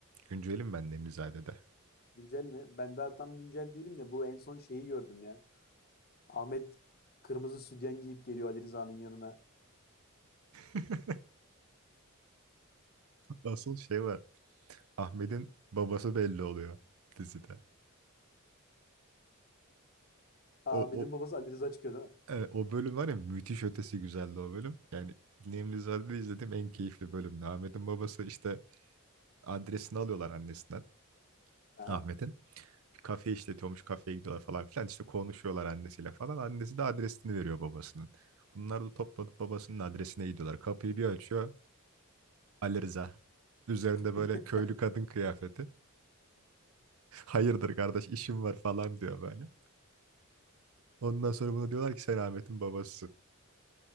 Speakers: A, on the right; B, on the left.
A: Güncelim ben Nemlizade'de.
B: Güncel mi? Ben daha tam güncel değilim de bu en son şeyi gördüm ya. Ahmet kırmızı sütyen giyip geliyor Ali Rıza'nın yanına.
A: <laughs> Asıl şey var. Ahmet'in babası belli oluyor dizide.
B: Aa,
A: O
B: Ahmet'in
A: o
B: babası Ali Rıza çıkıyor değil mi?
A: e, o bölüm var ya müthiş ötesi güzeldi o bölüm. Yani Nemlizade'de izlediğim en keyifli bölümdü. Ahmet'in babası işte adresini alıyorlar annesinden
B: Aha.
A: Ahmet'in. Bir kafe işletiyormuş kafeye gidiyorlar falan filan İşte konuşuyorlar annesiyle falan. Annesi de adresini veriyor babasının. Bunlar da toplanıp babasının adresine gidiyorlar. Kapıyı bir açıyor Ali Rıza. Üzerinde
B: <laughs>
A: böyle köylü kadın kıyafeti. <laughs> Hayırdır kardeş işim var falan diyor böyle. Ondan sonra buna diyorlar ki sen Ahmet'in babasısın.